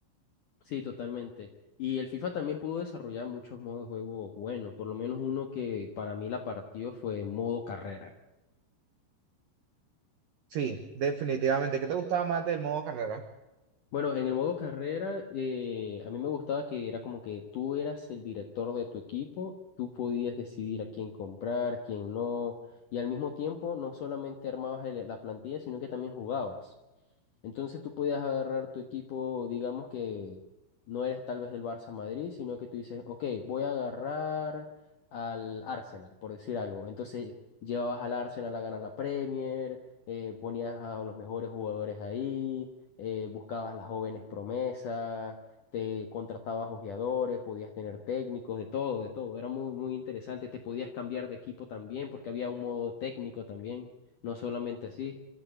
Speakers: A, on the left; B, on the right.
A: Sí, totalmente. Y el FIFA también pudo desarrollar muchos modos de juego buenos, por lo menos uno que para mí la partió fue modo carrera.
B: Sí, definitivamente. ¿Qué te gustaba más del modo carrera?
A: Bueno, en el modo carrera, eh, a mí me gustaba que era como que tú eras el director de tu equipo, tú podías decidir a quién comprar, quién no, y al mismo tiempo no solamente armabas el- la plantilla, sino que también jugabas. Entonces tú podías agarrar tu equipo, digamos que no eres tal vez del Barça Madrid, sino que tú dices, ok, voy a agarrar al Arsenal, por decir algo. Entonces llevabas al Arsenal a ganar la Premier, eh, ponías a los mejores jugadores ahí, eh, buscabas las jóvenes promesas, te contratabas ojeadores, podías tener técnicos, de todo, de todo. Era muy, muy interesante. Te podías cambiar de equipo también, porque había un modo técnico también, no solamente así.